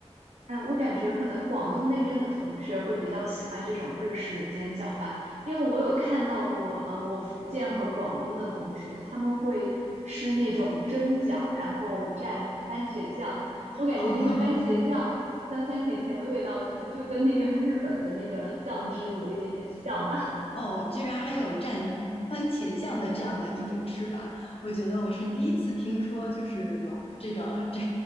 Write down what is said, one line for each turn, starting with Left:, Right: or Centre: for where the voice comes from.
Right: 哎，我感觉可能广东那边的同学会比较喜欢这种日式的煎饺吧，因为我有看到过，呃，我福建和广东的同学他们会吃那种蒸饺，然后蘸番茄酱，我感觉那个番茄酱酸酸甜甜的味道，
Left: 哦，
Right: 可能就跟那个日本的那个酱汁有一点点像吧。
Left: 哦，居然还有蘸番茄酱的这样的一种吃法，我觉得我是第一次听说，就是有这种这，